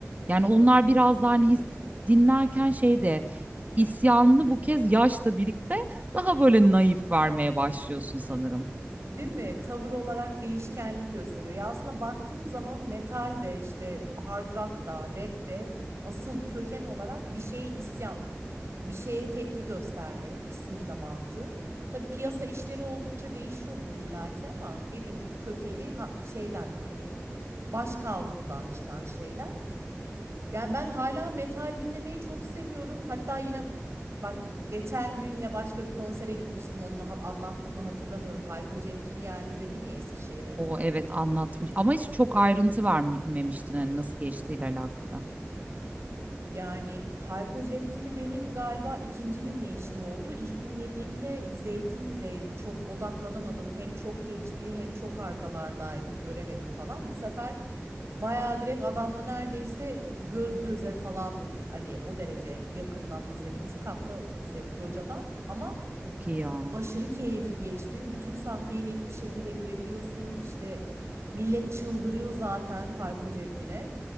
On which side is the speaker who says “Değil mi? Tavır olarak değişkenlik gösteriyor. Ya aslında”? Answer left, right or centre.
Right